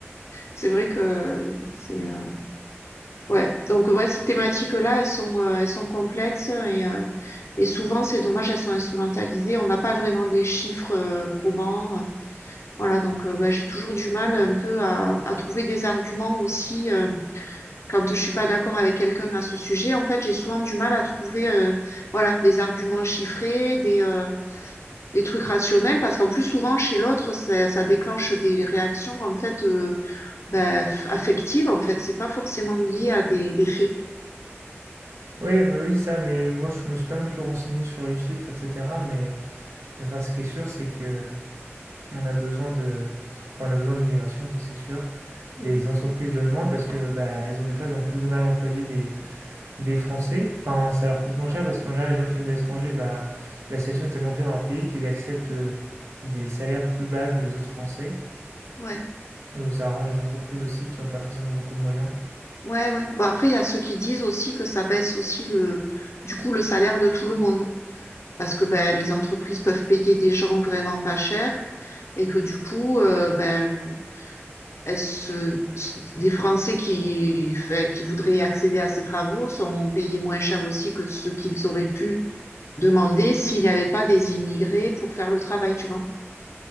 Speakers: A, on the left; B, on the right.
A: c'est vrai que c'est euh, Ouais, donc ouais, ces thématiques-là, elles sont, euh, elles sont complexes et, euh, et souvent, c'est dommage, elles sont instrumentalisées. On n'a pas vraiment des chiffres euh, probants. Voilà, donc euh, bah, j'ai toujours du mal un peu à, à trouver des arguments aussi euh, quand je suis pas d'accord avec quelqu'un à ce sujet. En fait, j'ai souvent du mal à trouver euh, voilà, des arguments chiffrés, des, euh, des trucs rationnels, parce qu'en plus, souvent, chez l'autre, ça, ça déclenche des réactions en fait euh, bah, affectives. En fait, c'est pas forcément lié à des, des faits.
B: Oui, mais oui, c'est ça, mais moi je me suis pas non plus renseigné sur les chiffres, etc. Mais, mais enfin, ce qui est sûr, c'est que On a besoin de, enfin, on a besoin d'immigration, ça c'est sûr.
A: Mm.
B: Les entreprises le demandent parce que bah, elles ont des fois elles ont plus de mal à employer des, des Français. Enfin, ça leur coûte moins cher parce qu'en général les gens qui viennent de l'étranger, bah, la situation est tellement pire dans leur pays qu'ils acceptent euh, des salaires plus bas que les autres Français.
A: Ouais.
B: Donc ça arrange les entreprises aussi qui n'ont pas forcément beaucoup de moyens.
A: Ouais, ouais. Bon, après, il y a ceux qui disent aussi que ça baisse aussi le, du coup, le salaire de tout le monde. Parce que ben, les entreprises peuvent payer des gens vraiment pas cher et que du coup, euh, ben, elles se- des Français qui, enfin, qui voudraient accéder à ces travaux sont payés moins cher aussi que ce qu'ils auraient pu demander s'il n'y avait pas des immigrés pour faire le travail, tu vois.